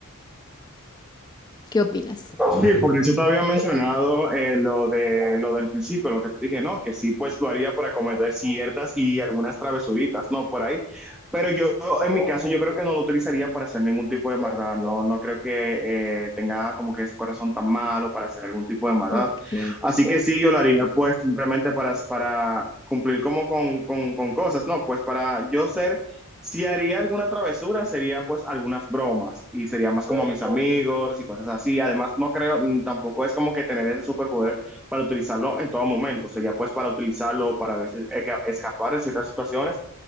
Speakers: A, on the left; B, in the centre.
A: ¿Qué opinas?
B: Sí, por eso te había mencionado eh, lo de lo del principio, lo que te dije, ¿no? Que sí, pues lo haría para cometer ciertas y algunas travesuritas, ¿no? Por ahí. Pero yo, en mi caso, yo creo que no lo utilizaría para hacer ningún tipo de maldad, ¿no? No creo que eh, tenga como que ese corazón tan malo para hacer algún tipo de maldad.
A: Ok.
B: Así que sí, yo lo haría, pues simplemente para, para cumplir como con, con, con cosas, ¿no? Pues para yo ser Si haría alguna travesura, sería pues algunas bromas y sería más como a mis amigos y cosas así. Además, no creo, mm, tampoco es como que tener ese superpoder para utilizarlo en todo momento. Sería pues para utilizarlo, para a veces eca- escapar de ciertas situaciones.